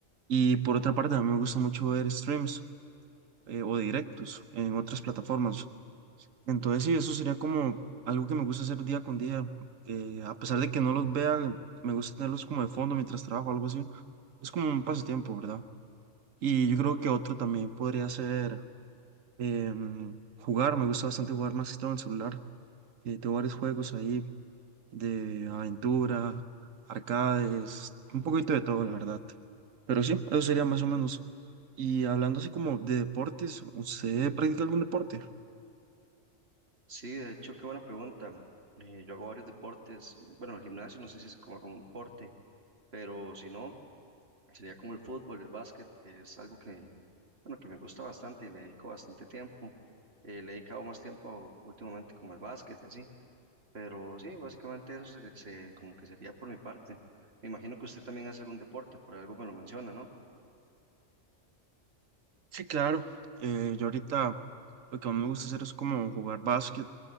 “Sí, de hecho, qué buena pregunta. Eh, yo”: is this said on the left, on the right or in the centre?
Right